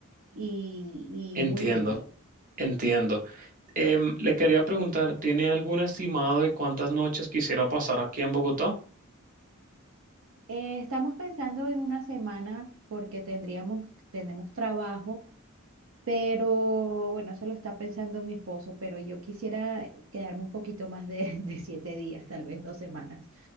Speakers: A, on the right (about 70°); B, on the right (about 40°).
A: y,
B: entiendo,
A: y muy lindo.
B: entiendo. Em, le quería preguntar, ¿tiene algún estimado de cuántas noches quisiera pasar aquí en Bogotá?
A: Eh, estamos pensando en una semana porque tendríamos, tenemos trabajo, pero bueno, eso lo está pensando mi esposo, pero yo quisiera quedarme un poquito más de, <laughs> de siete días, tal vez dos semanas.